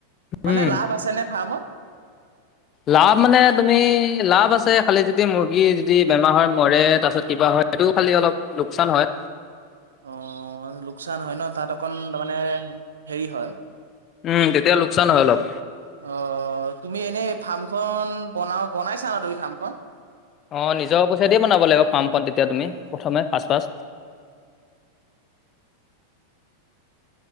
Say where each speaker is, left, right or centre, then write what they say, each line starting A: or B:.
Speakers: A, on the right; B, on the left.
A: মানে
B: উম
A: লাভ আছে নে ফাৰ্মত?
B: লাভ মানে তুমি লাভ আছে খালি যদি মুৰ্গী যদি বেমাৰ হয় মৰে তাৰপিছত কিবা হয় সেইটো খালি অলপ লোকচান হয়।
A: অ লোকচান হয় ন তাত অকণ তাৰমানে হেৰি হয়
B: উম তেতিয়া লোকচান হয় অলপ
A: অ তুমি এনেই ফাৰ্মখন বনা বনাইছা ন তুমি ফাৰ্মখন?
B: অঁ নিজৰ পইচা দিয়ে বনাব লাগিব ফাম খণ তেতিয়া তুমি প্ৰথমে ফাচ ফাচ। <inaudible>